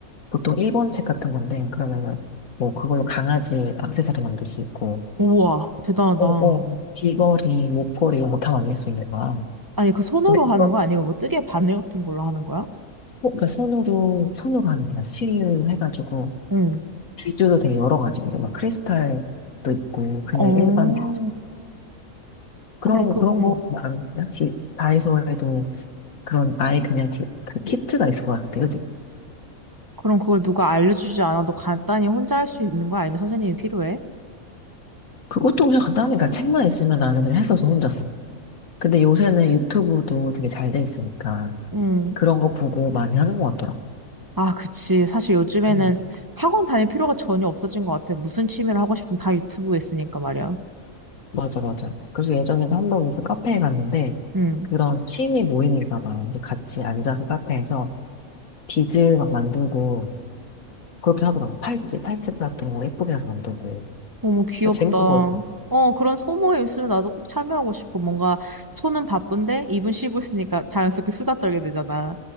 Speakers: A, on the left; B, on the right.
A: 보통 일본 책 같은 건데, 그러면은, 뭐, 그걸로 강아지 액세서리 만들 수 있고,
B: 우와, 대단하다.
A: 어, 어, 귀걸이, 목걸이 이런 거 다 만들 수 있는 거야.
B: 아니, 그 손으로
A: 근데
B: 하는
A: 그거,
B: 거 아니면 뭐 뜨개 바늘 같은 걸로 하는 거야?
A: 손- 그러니까 손으로, 손으로 하는 거야. 실을 해가지고,
B: 응.
A: 비즈도 되게 여러 가지. 막 크리스탈도 있고, 그냥
B: 어,
A: 일반 비즈. 그런,
B: 그럼 그,
A: 그런
B: 응.
A: 거 많냐? 지- 다이소에도 그런 아예 그냥 지- 그 키트가 있을 것 같아. 그지?
B: 그럼 그걸 누가 알려주지 않아도 간단히 혼자 할 수 있는 거야? 아니면 선생님이 필요해?
A: 그것도 그냥 간단하니까 책만 있으면 나는 그냥 했어서 혼자서. 근데 요새는 유튜브도 되게 잘 돼 있으니까
B: 응.
A: 그런 거 보고 많이 하는 것 같더라고.
B: 아, 그치. 사실 요즘에는
A: 음,
B: 학원 다닐 필요가 전혀 없어진 것 같아. 무슨 취미를 하고 싶든 다 유튜브에 있으니까 말이야.
A: 맞아, 맞아. 그래서 예전에도 한 번 무슨 카페에 갔는데
B: 응
A: 그런 취미 모임인가 봐. 이제 같이 앉아서 카페에서 빚을 막 만들고 그렇게 하더라고. 팔찌, 팔찌 같은 거 예쁘게 해서 만들고.
B: 너무 귀엽다.
A: 재밌어 보였어.
B: 어, 그런 소모임 있으면 나도 꼭 참여하고 싶어. 뭔가 손은 바쁜데 입은 쉬고 있으니까 자연스럽게 수다 떨게 되잖아.